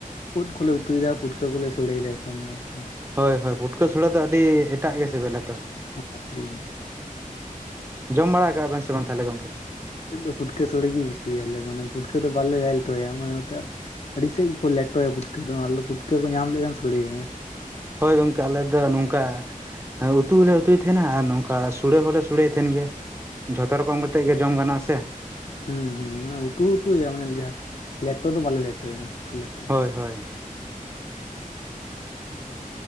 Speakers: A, on the left (about 50°); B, on the right (about 15°).
A: ᱩᱫ ᱠᱚᱞᱮ ᱩᱛᱩᱭᱫᱟ, ᱯᱩᱴᱠᱟᱹ ᱠᱚᱞᱮ ᱥᱳᱲᱮᱭᱮᱫᱟ ᱮᱠᱷᱚᱱ ᱫᱚ ᱾
B: ᱦᱳᱭ ᱦᱳᱭ, ᱯᱩᱴᱠᱟᱹ ᱥᱳᱲᱮ ᱫᱚ ᱟᱹᱰᱤ ᱮᱴᱟᱜ ᱜᱮ ᱥᱤᱵᱤᱞᱟ ᱛᱚ
A: ᱟᱹᱰᱤ
B: ᱾ ᱡᱚᱢ ᱵᱟᱲᱟ ᱠᱟᱜ-ᱟ ᱵᱮᱱ ᱥᱮ ᱵᱟᱝ ᱛᱟᱦᱞᱮ ᱜᱚᱝᱠᱮ?
A: ᱩᱫ ᱫᱚ ᱯᱩᱴᱠᱟᱹ ᱥᱚᱲᱮ ᱜᱮ ᱵᱮᱥᱤ ᱟᱞᱮ ᱢᱟ <unintelligible> ᱯᱩᱴᱠᱟᱹ ᱫᱚ ᱵᱟᱞᱮ ᱞᱮᱴᱚᱭᱟ ᱢᱟᱱᱮ ᱱᱚᱝᱠᱟ ᱾ ᱟᱹᱰᱤ ᱥᱮᱫ ᱜᱮᱠᱚ ᱞᱮᱴᱚᱭᱟ ᱯᱩᱴᱠᱟᱹ ᱫᱚ ᱟᱞᱮᱫᱚ ᱯᱩᱴᱠᱟᱹ ᱠᱚ ᱧᱟᱢ ᱞᱮᱠᱷᱟᱱ ᱥᱳᱲᱮᱭᱟᱞᱮ ᱾
B: ᱦᱳᱭ ᱜᱚᱢᱠᱮ ᱟᱞᱮ ᱫᱚ ᱱᱚᱝᱠᱟᱼᱼ ᱦᱮᱸ ᱩᱛᱩ ᱦᱚᱸᱞᱮ ᱩᱛᱩᱭᱮᱫ ᱛᱟᱸᱦᱮᱱᱟ ᱟᱨ ᱱᱚᱝᱠᱟ ᱥᱚᱲᱮ ᱦᱚᱸᱞᱮ ᱥᱚᱲᱮᱭᱮᱫ ᱛᱟᱸᱦᱮᱱ ᱜᱮᱭᱟ ᱾ ᱡᱷᱚᱛᱚ ᱨᱚᱠᱚᱢ ᱠᱟᱛᱮᱫ ᱜᱮ ᱡᱚᱢ ᱜᱟᱱᱚᱜᱼᱟ ᱥᱮ ᱾
A: ᱦᱩᱸ ᱦᱩᱸ ᱢᱮ ᱩᱛᱩ ᱩᱛᱩ ᱢᱟ ᱡᱟᱦᱟᱸ ᱞᱮᱴᱚ ᱫᱚ ᱵᱟᱞᱮ ᱞᱮᱴᱚᱭᱟ ᱞᱮᱴ <unintelligible>
B: ᱦᱚᱭ ᱦᱚᱭ ᱾